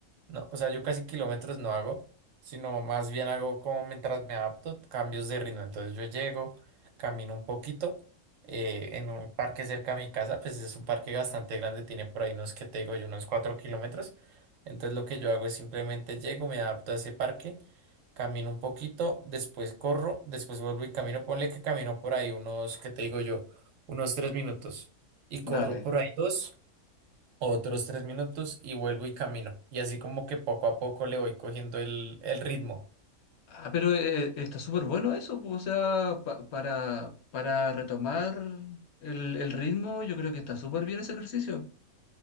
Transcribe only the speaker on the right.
No, o sea, yo casi kilómetros no hago, sino más bien hago como mientras me adapto, cambios de ritmo. Entonces yo llego, camino un poquito eh, en un parque cerca de mi casa, pues es un parque bastante grande, tiene por ahí unos, que te digo yo, unos cuatro kilómetros. Entonces lo que yo hago es simplemente llego, me adapto a ese parque, camino un poquito, después corro, después vuelvo y camino. Ponle que camino por ahí unos, que te digo yo? unos tres minutos y
corro por ahí dos, otros tres minutos y vuelvo y camino. Y así como que poco a poco le voy cogiendo el, el ritmo.